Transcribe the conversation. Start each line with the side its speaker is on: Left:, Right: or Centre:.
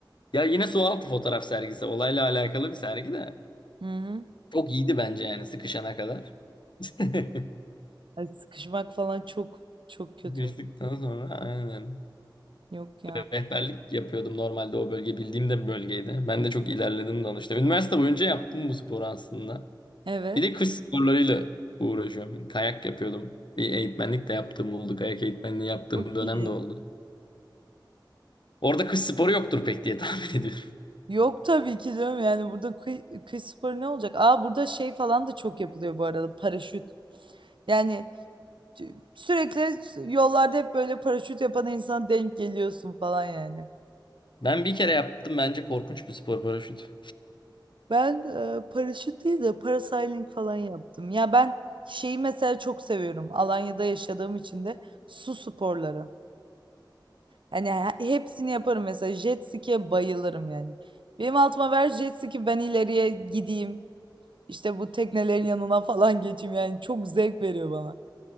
Left: Ya yine sualtı fotoğraf sergisi. Olayla alakalı bir sergi de.
Right: Hı hı.
Left: Çok iyiydi bence yani sıkışana kadar. <laughs>
Right: Ay, sıkışmak falan çok çok kötü.
Left: Sıkıştıktan sonra aynen.
Right: Yok ya.
Left: Rehberlik yapıyordum normalde o bölge bildiğim de bir bölgeydi. Ben de çok ilerledim danışta. Üniversite boyunca yaptım bu sporu aslında.
Right: Evet.
Left: Bir de kış sporlarıyla uğraşıyorum. Kayak yapıyordum. Bir eğitmenlik de yaptığım oldu. Kayak eğitmenliği yaptığım
Right: Çok
Left: dönem
Right: iyi.
Left: de oldu. Orada kış sporu yoktur pek diye <laughs> tahmin ediyorum.
Right: Yok tabii ki canım yani burada kıy, kıy sporu ne olacak? Aa burada şey falan da çok yapılıyor bu arada paraşüt. Yani tü- sürekli yollarda hep böyle paraşüt yapan insana denk geliyorsun falan yani.
Left: Ben bir kere yaptım bence korkunç bir spor paraşüt.
Right: Ben e, paraşüt değil de parasailing falan yaptım. Ya ben şeyi mesela çok seviyorum. Alanya'da yaşadığım için de su sporları. Hani he- hepsini yaparım mesela jet ski'ye bayılırım yani. Benim altıma ver jet ski ben ileriye gideyim. İşte bu teknelerin yanına falan geçeyim yani çok zevk veriyor bana.